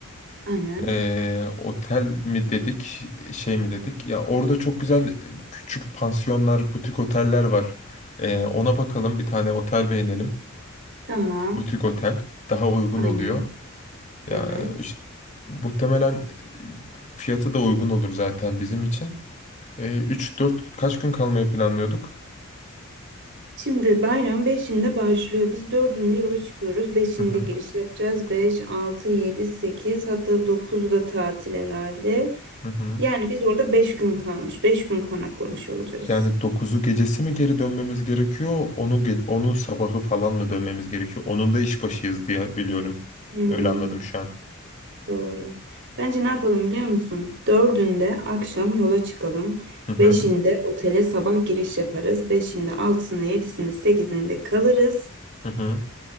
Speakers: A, on the right (about 60°); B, on the left (about 35°).
A: Aynen.
B: Ee, otel mi dedik, şey mi dedik? Ya orada çok güzel küçük pansiyonlar, butik oteller var. Ee, ona bakalım bir tane otel beğenelim.
A: Tamam.
B: Butik otel daha uygun
A: Aynen.
B: oluyor. Ya
A: Evet.
B: işte, muhtemelen fiyatı da uygun olur zaten bizim için. Ee, 3-4 kaç gün kalmayı planlıyorduk?
A: Şimdi bayram 5'inde başlıyor. Biz 4'ünde yola çıkıyoruz. 5'inde
B: Hı hı,
A: giriş yapacağız. 5, 6, 7, 8 hatta 9 da tatil herhalde.
B: hı hı.
A: Yani biz orada 5 gün kalmış. 5 gün konaklamış olacağız.
B: Yani dokuzu gecesi mi geri dönmemiz gerekiyor? Onu ge- onu sabahı falan mı dönmemiz gerekiyor? Onun da işbaşıyız diye biliyorum.
A: Hmm,
B: Öyle anladım şu
A: doğru. Bence ne yapalım biliyor musun? 4'ünde akşam yola çıkalım.
B: an.
A: 5'inde otele sabah giriş yaparız. 5'inde 6'sında 7'sinde 8'inde kalırız.
B: Hı hı.